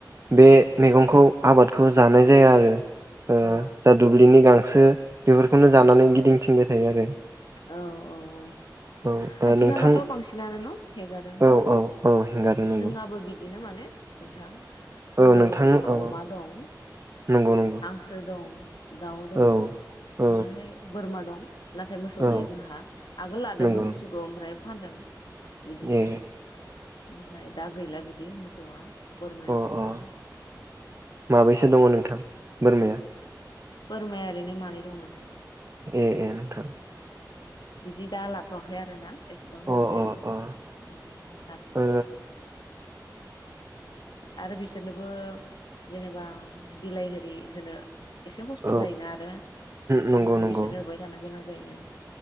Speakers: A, on the right (about 40°); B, on the left (about 85°).
A: बे
B: औ
A: मैगंखौ आबादखौ जानाय जाया आरो ओ
B: औ
A: जा दुब्लिनि गां सो बेफोरखौनो
B: औ
A: जानानै गिदिंथिंबाय थायो आरो
B: औ औ औ
A: औ ओ
B: आथिखालावथ
A: नोंथां
B: बांसिनानो न हेगारो
A: औ औ औ हेंगारनो नंगौ
B: जोंहाबो बिदिनो माने नोंथां जोंहाबो
A: औ नोंथां
B: बिदिनो
A: औ
B: अमा दं
A: नंगौ नंगौ
B: हांसो दं दाउ दं
A: औ औ
B: ओमफ्राय बोरमा दं नाथा मोसौ
A: औ
B: गैया जोंहा आगोल लादोंमोन
A: नंगौ नंगौ
B: मोसौखौ ओमफ्राय फानदों बिदिनो
A: ए
B: ओमफ्राय दा गैला बिदि मोसौआ बोरमायसे
A: अ अ
B: दं
A: माबैसो दङ नोंथां बोरमाया
B: बोरमाया ओरैनो मानै दं नोंथां।
A: ए ए। नोंथां
B: <inaudible> बिदि दा लाथ'वाखै आरो ना। एसेबां बुरजायो
A: अ अ अ
B: बिदि लाथ'दो
A: ओ
B: आरो बिसोरनोबो जेनेबा बिलाइ होरि होनो एसे खस्थ
A: औ
B: जायोना आरो
A: नंगौ
B: हाननानै
A: नंगौ
B: बिसोरनो होबाय थानो गोनां जायो